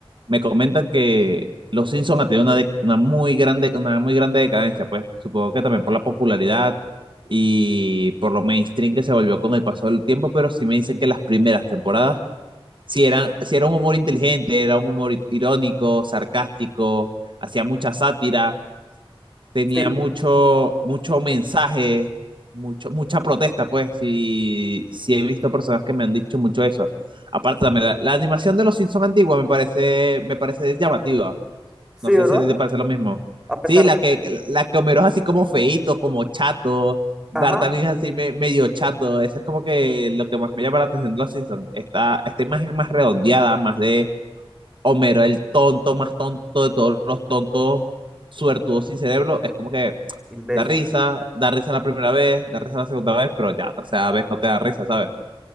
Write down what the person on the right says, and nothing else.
me comentan que Los Simpsons ha tenido una, de- una muy grande, una muy grande decadencia, pues supongo que también por la popularidad y por lo mainstream que se volvió con el paso del tiempo, pero sí me dicen que las primeras temporadas si era, si era un humor inteligente, era un humor ir- irónico, sarcástico, hacía mucha sátira, tenía
mucho, mucho mensaje, mucho, mucha protesta, pues, si, si he visto personas que me han dicho mucho eso. Aparte también, la, la animación de los Simpsons antigua me parece, me parece llamativa.
No sé
si a ti te parece lo mismo.
Sí, la
que, la que Homero es así como feíto, como chato. Bart
también es así me- medio chato. Eso es como que lo que más me llama la atención de los Simpsons. Esta, esta imagen más redondeada, más de Homero, el tonto más tonto de todos los tontos suertudos sin cerebro. Es como que
da risa, da risa la primera vez, da risa la segunda vez, pero ya la tercera vez no te da risa, ¿sabes?